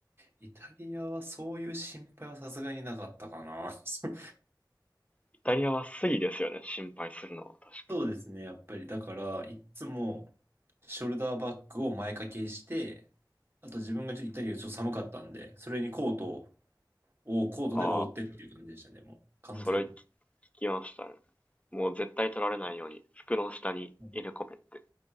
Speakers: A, on the right (about 30°); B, on the left (about 15°).
A: に。イタリアはそういう心配はさすがになかったかな。<laughs> そう
B: イタリアはスリですよね、心配するのは確か。
A: ですね、やっぱり。だから、いっつも、ショルダーバッグを前掛けして、あと自分がちょっとイタリアちょっと寒かったんで、それにコートを、コートで覆ってっていう感じでしたね、
B: あ
A: もう。完全。
B: あ、それ聞きましたね。もう絶対取られないように服の下に入れ込めって。
A: うん